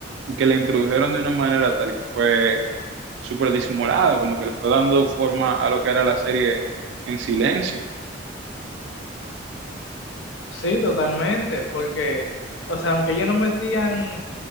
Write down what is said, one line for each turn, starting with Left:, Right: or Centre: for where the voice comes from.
Right: y que le introdujeron de una manera tal que fue súper disimulada, como que le fue dando forma a lo que era la serie en silencio.
Left: Sí, totalmente, porque, o sea, aunque ellos no metían